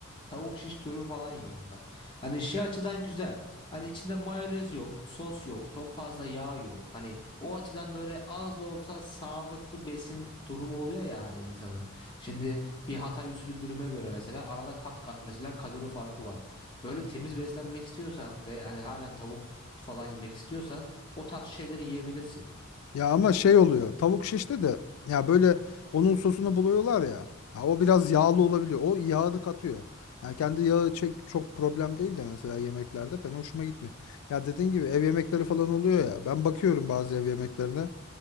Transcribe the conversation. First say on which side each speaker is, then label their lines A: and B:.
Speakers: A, on the left (about 20°); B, on the left (about 85°).
A: Tavuk şiş dürüm falan yiyorum ben. Hani şey açıdan güzel. Hani içinde mayonez yok, sos yok, çok fazla yağ yok. Hani o açıdan böyle az da olsa sağlıklı besin durumu oluyor ya hani insanın. Şimdi bir Hatay usulü dürüme göre mesela arada kat kat mesela kalori farkı var. Böyle temiz beslenmek istiyorsan ve hani halen tavuk falan yemek istiyorsan o tarz şeyleri yiyebilirsin.
B: ya ama şey oluyor tavuk şişte de ya böyle onun sosunu buluyorlar ya. Ya o biraz yağlı olabiliyor. O yağını katıyor. Yani kendi yağı çek çok problem değil de mesela yemeklerde ben hoşuma gitmiyor. Ya dediğin gibi ev yemekleri falan oluyor ya. Ben bakıyorum bazı ev yemeklerine.